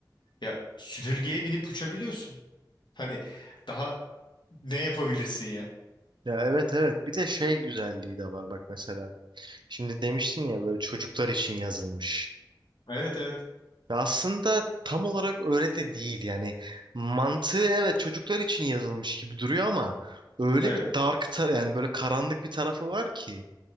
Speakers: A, on the left; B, on the right.
A: Ya süpürgeye binip uçabiliyorsun. Hani daha ne yapabilirsin ya?
B: Ya evet evet. Bir de şey güzelliği de var bak mesela. Şimdi demiştin ya böyle çocuklar için yazılmış.
A: Evet evet.
B: Ya aslında tam olarak öyle de değil yani. Mantığı evet çocuklar için yazılmış gibi duruyor ama öyle
A: Evet.
B: bir dark tar yani böyle karanlık bir tarafı var ki.